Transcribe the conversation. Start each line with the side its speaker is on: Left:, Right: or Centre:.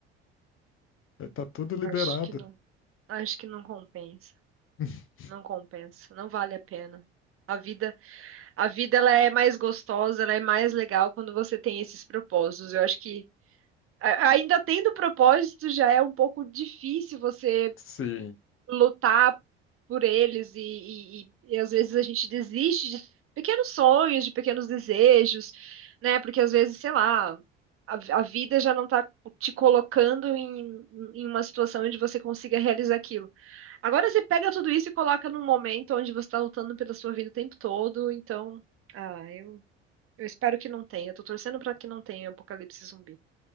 Left: Vai estar tudo liberado.
Right: Acho que não, acho que não compensa.
Left: <laughs>
Right: Não compensa, não vale a pena. A vida, a vida ela é mais gostosa, ela é mais legal quando você tem esses propósitos. Eu acho que a- ainda tendo propósito já é um pouco difícil você
Left: Sim.
Right: lutar por eles e, e, e- e às vezes a gente desiste de pequenos sonhos, de pequenos desejos, né? Porque às vezes, sei lá, a, a vida já não está te colocando em, em uma situação onde você consiga realizar aquilo. Agora você pega tudo isso e coloca num momento onde você tá lutando pela sua vida o tempo todo, então, ah, eu, eu espero que não tenha. Eu tô torcendo pra que não tenha apocalipse zumbi.